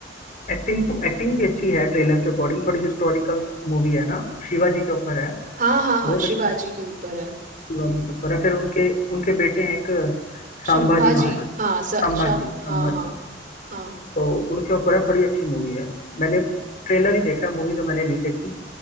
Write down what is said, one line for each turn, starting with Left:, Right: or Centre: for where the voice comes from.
Left: एक्टिंग तो एक्टिंग भी अच्छी है ट्रेलर के अकॉर्डिंग थोड़ी हिस्टोरिकल मूवी है ना शिवाजी के ऊपर है
Right: हाँ हाँ हाँ
Left: बहुत
Right: शिवाजी
Left: अच्छी
Right: के ऊपर है हम्म,
Left: शिवाजी कपूर है फिर उनके उनके बेटे हैं एक
Right: शंभाजी
Left: संभाजी महाराज
Right: हाँ स,
Left: संभाजी
Right: शम हाँ
Left: संभाजी
Right: हाँ हाँ
Left: तो उनके ऊपर है बड़ी अच्छी मूवी है मैंने ट्रेलर ही देखा है मूवी तो मैंने नहीं देखी